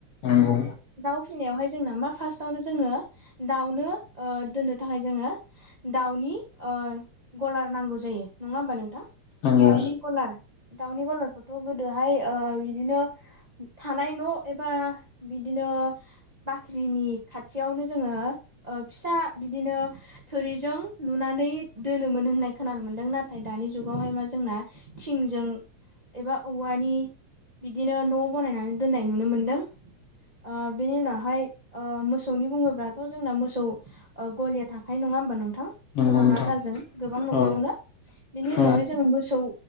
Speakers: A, on the left; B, on the right.
A: नंगौ
B: दाव फिनायावहाय जोंना मा फार्स्टआनो जोङो दाउनो ओ दोननो थाखाय जोङो दाउनि ओ ओ गलार नांगौ जायो नङा होमबा नोंथां
A: नंगौ
B: दावनि गलार दाउनि गलारखौथ' गोदोहाय ओ बिदिनो थानाय न' एबा बिदिनो ओ बाख्रिनि खाथियावनो जोङो ओ फिसा बिदिनो थोरिजों जों लुनानै दोनोमोन होननाय खोनानो मोन्दों नाथाय दानि जुगावहाय मा जोंना थिंजों एबा औवानि बिदिनो न' बनायनानै दोननाय नुनो मोनदों। ओ बेनि उनावहाय ओ मोसौनि बुङोब्लाथ' जोंना मोसौ ओ गलिया थाखायो नङा होमबा नों थां
A: नंगौ
B: खोलाहा
A: नोंथां
B: गालजों गोबां न'खरावनो
A: औ
B: बिनि उनावहाय
A: औ
B: जोङो मोसौ